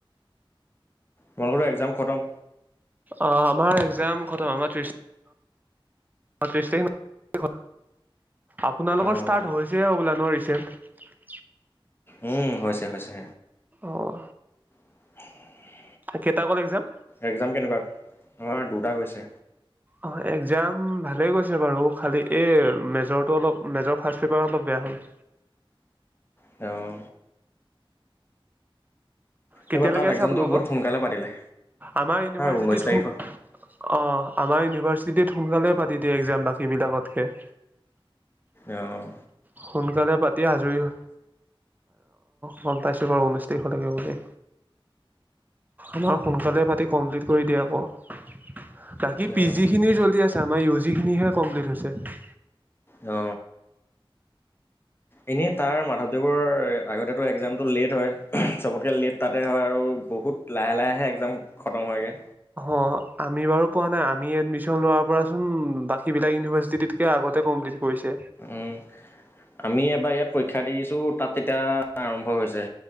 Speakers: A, on the left; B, on the right.
A: মই বোলো এক্জাম খটম।
B: অহ আমাৰ একজাম খটম। আমাৰ ত্ৰিশ অহ ত্ৰিশ তাৰিখ আপোনালোকৰ
A: অ',
B: ষ্টাৰ্ট হৈছে হবলা‌ নহ, <unintelligible>
A: উম, হৈছে হৈছে।
B: অহ
A: <unintelligible>
B: কেইটা গ'ল একজাম?
A: এক্সাম কেনেকুৱা? আমাৰ দুটা গৈছে।
B: অ একজাম ভালেই গৈছে বাৰু, খালি এই মেজৰটো অলপ মেজৰ ফাৰ্ষট পেপাৰ অলপ বেয়া হ'ল।
A: তেওঁ
B: কেতিয়ালৈ
A: এইবাৰ তাত
B: আছে
A: এক্সামটো
B: আপোনালোকৰ?
A: বহুত সোনকালে পাতিলে।
B: আমাৰ ইউনিভাৰ্চিটিত
A: ঊনৈছ তাৰিখৰ
B: আ আমাৰ ইউনিভাৰ্চিটি তিত সোনকালে পাতি দিয়ে এক্জাম বাকী বিলাকতকে।
A: অঅ
B: সোনকালে পাতি আাজৰি অ, গম পাইছো। এইবাৰ ঊনৈছ তাৰিখলৈকে বুলি। আমাৰ সোনকালে পাতি কমপ্লিট কৰি দিয়ে আকৌ। বাকী
A: অ',
B: পি জি খিনি চলি আছে। আমাৰ ইউ জি খিনিহে কমপ্লিট হৈছে। ছাত
A: অ এনেই তাৰ মাধৱদেৱৰ আগতেতো এক্জামটো লেট হয়। চবতকৈ লেট তাতে হয় আৰু বহুত লাহে লাহেহে এক্জাম খতম হয়গে।
B: অ আমি বাৰু পোৱা নাই। আমি এডমিশন লোৱাৰ পৰাচোন বাকী বিলাক ইউনিভাৰ্চিটকে আগতে কমপ্লিট কৰিছে
A: উম আমি এবাৰ ইয়াত পৰীক্ষা দিছোঁ, তাত তেতিয়া আৰম্ভ হৈছে।